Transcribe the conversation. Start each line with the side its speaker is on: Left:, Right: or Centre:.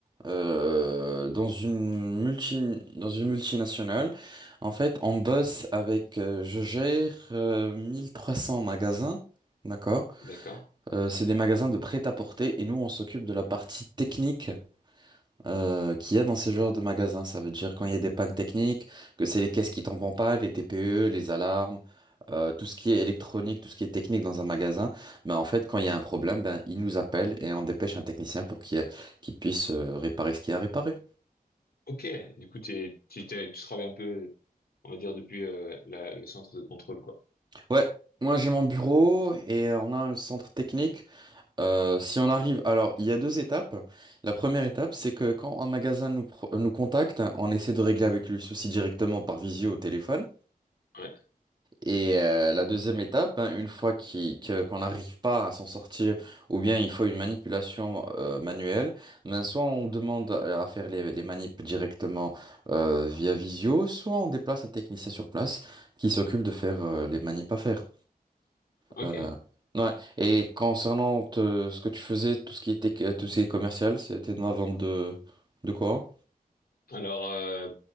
Right: euh, dans une multi, dans une multinationale. En fait, on bosse avec, euh, je gère euh, 1300 magasins, d'accord?
Left: D'accord.
Right: Euh, c'est des magasins de prêt-à-porter et nous, on s'occupe de la partie technique euh, qu'il y a dans ce genre de magasin. Ça veut dire quand il y a des pannes techniques, que c'est les caisses qui tombent en panne, les TPE, les alarmes, euh, tout ce qui est électronique, tout ce qui est technique dans un magasin. Mais en fait, quand il y a un problème, ben, ils nous appellent et on dépêche un technicien pour qu'il qu'il puisse euh, réparer ce qu'il y a à réparer.
Left: Ok. Du coup, t'es, tu, t'es- tu travailles un peu, on va dire, depuis, euh, la- le centre de contrôle, quoi.
Right: Ouais. Moi, j'ai mon bureau et euh, on a un centre technique. Euh, si on arrive, alors il y a deux étapes. La première étape, c'est que quand un magasin nous, pro- nous contacte, on essaie de régler avec lui le souci directement par visio au téléphone.
Left: Ouais.
Right: Et euh, la deuxième étape, hein, une fois qu'il- que- qu'on n'arrive pas à s'en sortir, ou bien il faut une manipulation euh, manuelle, ben soit on demande à à faire les, les manips directement euh, via visio, soit on déplace un technicien sur place qui s'occupe de faire euh, les manips à faire.
Left: Ok.
Right: Euh, ouais. Et concernant te- ce que tu faisais, tout ce qui était que- tout ce qui est commercial, c'était dans la vente de de quoi?
Left: Alors, euh,